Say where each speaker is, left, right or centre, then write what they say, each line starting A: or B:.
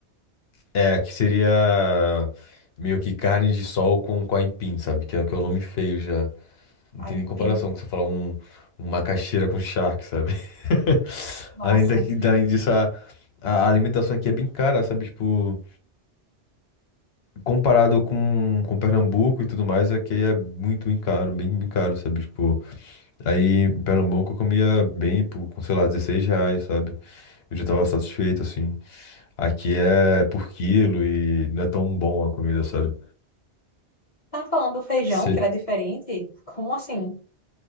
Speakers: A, on the left (about 65°); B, on the left (about 40°).
A: É, aqui seria meio que carne de sol com, com aipim, sabe? Que é, que é o nome feio já. Não
B: Aipim.
A: tem nem comparação com você falar um, um macaxeira com charque, sabe? <laughs>
B: Nossa.
A: Além daqui, além disso, a, a alimentação aqui é bem cara, sabe? Tipo, comparado com, com Pernambuco e tudo mais, aqui é muito, bem caro, bem, bem caro, sabe? Tipo, aí em Pernambuco eu comia bem, por, com, sei lá, 16 reais, sabe? Eu já tava satisfeito, assim. Aqui é por quilo e não é tão bom a comida, sabe?
B: Tá falando do feijão,
A: Se...
B: que era diferente? Como assim?